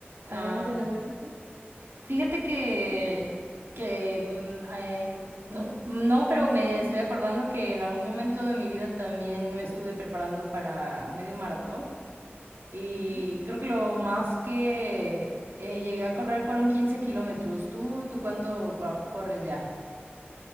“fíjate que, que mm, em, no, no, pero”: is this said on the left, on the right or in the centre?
Right